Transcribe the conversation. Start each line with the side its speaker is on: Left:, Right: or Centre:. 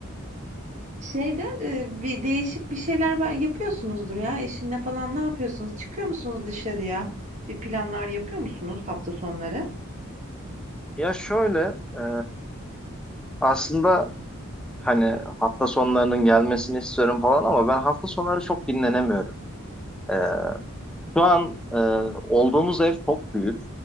Right: Şeyden, eee, bir değişik bir şeyler be yapıyorsunuzdur ya eşinle falan. Ne yapıyorsunuz? Çıkıyor musunuz dışarıya? Bir planlar yapıyor musunuz hafta sonları?
Centre: Ya şöyle, e, Aslında hani hafta sonlarının gelmesini istiyorum falan ama ben hafta sonları çok dinlenemiyorum. Ee, şu an e, olduğumuz ev çok büyük.